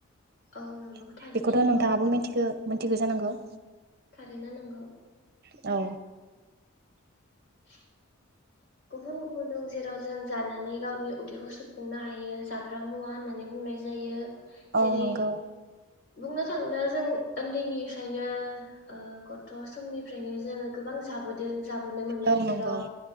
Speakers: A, on the left; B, on the right.
A: औ नंगौ
B: बेखौथ'
A: थारैनो नंगौ
B: नोंथाङाबो मिथिगो मिनथिगो जानांगौ।
A: थारैनो नंगौ।
B: औ।
A: <inaudible> गुबुन गुबुन दं जेराव जों जानानै गावनि उदैखौ सुफुंनो हायो जाग्रा मुवा होननानै बुंनाय जायो। जेरै
B: औ नंगौ।
A: बुंनो थाङोब्ला जों ओन्दैनिफ्रायनो ओ गथ' समनिफ्रायनो जोङो गोबां जाबोदों। जाबोनो मोनो
B: औ
A: जेराव
B: नंगौ